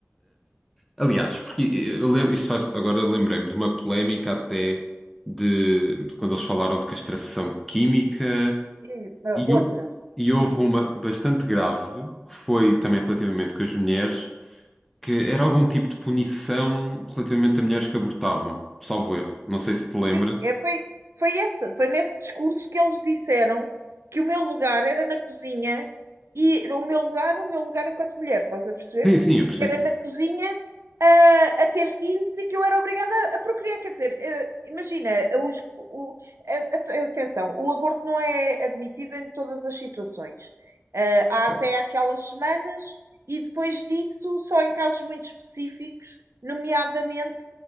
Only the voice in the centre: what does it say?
Ah, aliás, porque eu, lem- isto faz, agora lembrei-me de uma polémica até de, de quando eles falaram de castração química
e, hou-
e houve
uma bastante grave, que foi também relativamente com as mulheres, que era algum tipo de punição relativamente a mulheres que abortavam, salvo erro. Não sei se te lembras.
Sim, sim, eu percebi.
que-